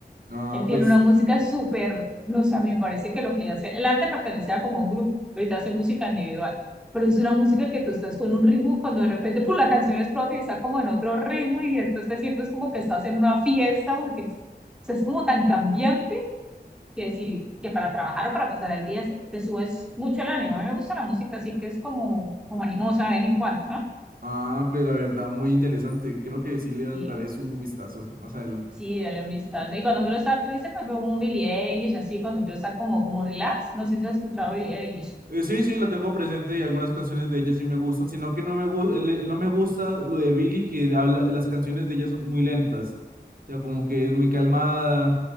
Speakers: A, on the right; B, in the centre.
A: Ah,
B: Él tiene
A: pues,
B: una música súper, no sé, a mí me parece que lo que él hace, el arte pertenecía como a un grupo, ahorita hace música individual, pero es una música que tú estás con un ritmo cuando de repente, pues la canción explota y está como en otro ritmo y entonces te sientes como que estás en una fiesta porque es, o sea, es como tan cambiante que si, que para trabajar o para pasar el día te subes mucho el ánimo. A mí me gusta la música así que es como, como animosa de vez en cuando, ¿no?
A: ah, pues la verdad, muy interesante. Creo que sí le
B: Y
A: daré su vistazo más adelante.
B: Sí, de la amistad. Y cuando quiero estar triste, pues veo un Billie Eilish, así, cuando quiero estar como, como relax. No sé si has escuchado Billie Eilish.
A: Eh, sí, sí, la tengo presente y algunas canciones de ella sí me gustan, sino que no me, gu- no me gusta lo de Billie, que habla, las canciones de ella son muy lentas, o sea, como que es muy calmada,